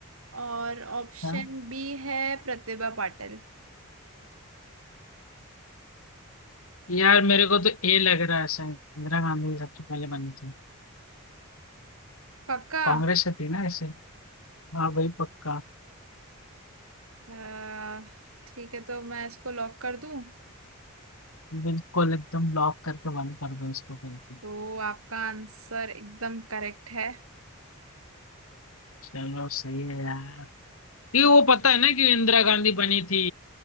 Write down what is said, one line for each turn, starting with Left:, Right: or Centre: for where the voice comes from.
Right: और ऑप्शन
Left: हाँ
Right: बी है प्रतिभा पाटिल
Left: यार मेरे को तो ए लग रहा है शायद इंदिरा गांधी सबसे पहले बनी थी
Right: पक्का
Left: कांग्रेस से थी ना ऐसे हाँ भाई पक्का
Right: अ, ठीक है तो मैं इसको लॉक कर दूं
Left: बिल्कुल एकदम ब्लॉक करके बंद कर दो इसको कहीं पे
Right: तो आपका आंसर एकदम करेक्ट है
Left: चलो सही है यार ये वो पता है ना कि इंदिरा गांधी बनी थी